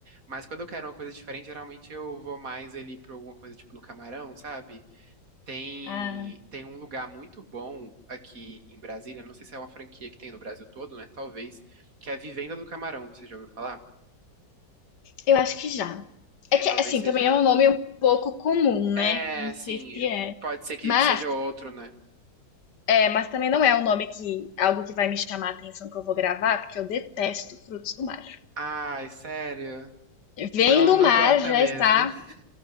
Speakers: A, on the right; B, on the left.
A: Mas quando eu quero uma coisa diferente, geralmente eu vou mais ali pra alguma coisa, tipo, no Camarão, sabe? Tem,
B: Ah.
A: tem um lugar muito bom aqui em Brasília, não sei se é uma franquia que tem no Brasil todo, né, talvez, que é a Vivenda do Camarão, você já ouviu falar?
B: Eu acho que já.
A: É,
B: É que,
A: talvez
B: assim,
A: seja.
B: também é um nome um pouco comum,
A: É,
B: né? Não
A: assim,
B: sei se é.
A: pode ser que
B: Mas,
A: seja outro, né?
B: é, mas também não é um nome que, algo que vai me chamar a atenção que eu vou gravar, porque eu detesto frutos do mar.
A: Ai, sério?
B: Vem
A: Não,
B: do
A: não
B: mar
A: gosta
B: já
A: mesmo.
B: está.
A: <laughs>